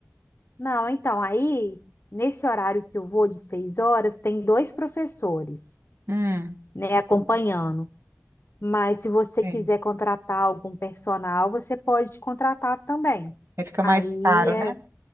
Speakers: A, on the left; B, on the right.
A: Não, então, aí, nesse horário que eu vou de seis horas, tem dois professores.
B: Hum,
A: né, acompanhando. Mas se você
B: bem.
A: quiser contratar algum personal, você pode contratar também.
B: Aí fica
A: Aí
B: mais caro,
A: é,
B: né?